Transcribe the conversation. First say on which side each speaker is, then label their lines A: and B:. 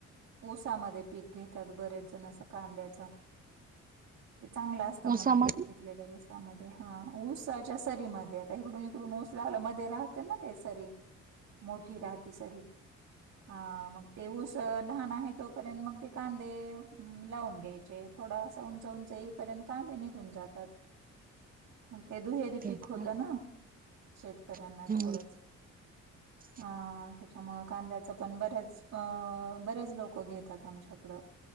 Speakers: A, on the right; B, on the right.
A: ऊसामध्ये पीक घेतात बरेच जण, असं कांद्याच. ते चांगलं असतं
B: ऊसामध्ये
A: म्हणे पीक घेतलेल. ऊसामध्ये हा. ऊसाच्या सरी मधे आता इकडून इकडून ऊस लावल. मध्ये राहते ना ते सरी. मोठी राहते सरी.
B: ह <unintelligible>
A: हा मग ते ऊस लहान आहे तोपर्यंत मग ते कांदे लावून घ्यायचे. थोडा असा उंच उंच येईपर्यंत कांदे निघून जातात.
B: <inaudible>
A: मग ते दुहेरी
B: ते
A: पीक
B: तर
A: होतं ना. शेतकऱ्यांना
B: हम्म
A: तेवढंच.
B: <inaudible>
A: हा त्याच्यामुळ कांद्याच पण बऱ्याच अ बरेच लोक घेतात आमच्याकडं.